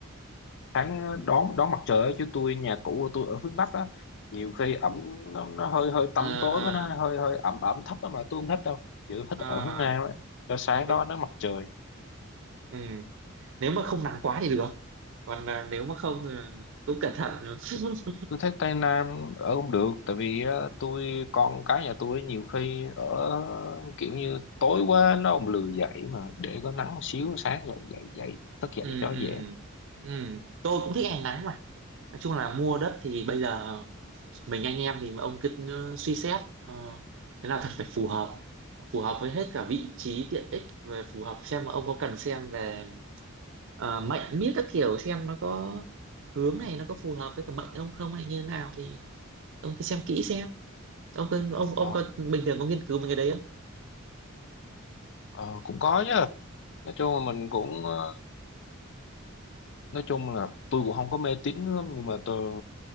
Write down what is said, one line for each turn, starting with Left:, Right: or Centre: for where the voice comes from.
Left: sáng đón đón mặt trời á, chứ tôi nhà cũ của tôi ở hướng Bắc á nhiều khi ẩm nó, nó hơi hơi
Right: Ờ,
Left: tăm tối
Right: ờ,
Left: với nó hơi hơi ẩm ẩm thấp á mà tôi không thích đâu chỉ thích
Right: ờ,
Left: ở hướng Nam á cho sáng
Right: thế-
Left: đó nó mặt trời
Right: ừ, nếu mà không nắng quá thì được còn à, nếu mà không thì cũng cẩn thận <laughs>
Left: tôi, tôi thấy Tây Nam ở không được tại vì ờ, tôi con cái nhà tôi nhiều khi ở kiểu như tối quá nó không lười dậy mà để có nắng xíu sáng dậy dậy dậy thức dậy
Right: ừ
Left: cho
Right: ừ
Left: dễ
Right: ừ tôi cũng thích ngày nắng mà nói chung là mua đất thì bây giờ mình anh em thì ông cứ ờ, suy xét ờ, thế nào thật phải phù hợp phù hợp với hết cả vị trí tiện ích về phù hợp xem mà ông có cần xem về ờ, mệnh miết các kiểu xem nó có hướng này nó có phù hợp với cả mệnh ông không hay như thế nào thì ông cứ xem kỹ xem ông cứ- ông
Left: Ờ,
Right: ông có bình thường có nghiên cứu mấy cái đấy không
Left: ờ, cũng có chứ nói chung là mình cũng ờ, nói chung là tôi cũng không có mê tín lắm nhưng mà tôi